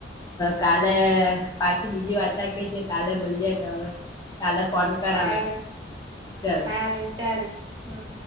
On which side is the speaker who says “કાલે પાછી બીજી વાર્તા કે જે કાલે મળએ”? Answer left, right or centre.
Left